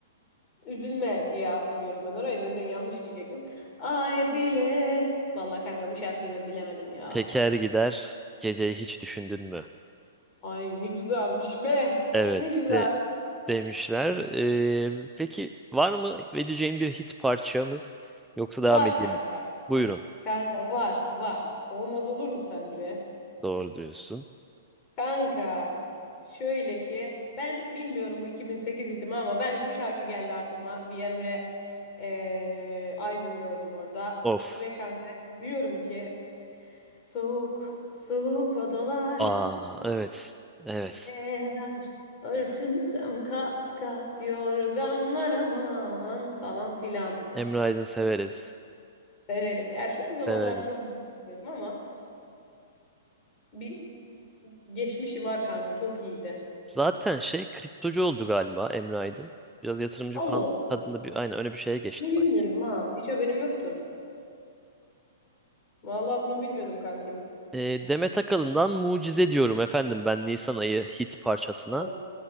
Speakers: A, on the left; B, in the centre.
A: üzülme diye hatırlıyorum ben orayı da o yüzden yanlış diyecektim. Ay bile. Vallahi kanka bu şarkıyı ben bilemedim ya.
B: Teker gider, geceyi hiç düşündün mü?
A: Ay ne güzelmiş be.
B: Evet
A: Ne güzel.
B: de demişler. Ee, peki var mı vereceğin bir hit parçamız yoksa devam
A: Var
B: edeyim
A: kanka.
B: mi? Buyurun.
A: Kanka var var. Olmaz olur mu sence?
B: Doğru diyorsun.
A: Kanka. Şöyle ki ben bilmiyorum bu 2008 itimi ama ben şu şarkı geldi aklıma. Bir Emre eee, Aydın gördüm orada.
B: Of.
A: Ve kanka diyorum ki soğuk soğuk odalar
B: Aa evet. Evet.
A: eğer örtünsem kat kat yorganlar aman falan filan.
B: Emre Aydın severiz.
A: Severim. Ya şu
B: Severiz.
A: zamanlarda çok bilmiyorum ama bir geçmişi var kanka. Çok iyiydi.
B: Zaten şey kriptocu oldu galiba Emre Aydın. Biraz yatırımcı
A: Allah
B: falan
A: Allah.
B: tadında bir aynen öyle bir şeye geçti
A: Bunu
B: sanki.
A: bilmiyorum ha. Hiç haberim yoktu. Vallahi bunu bilmiyordum kankim.
B: Ee, Demet Akalın'dan Mucize diyorum efendim ben Nisan ayı hit parçasına.
A: Allah.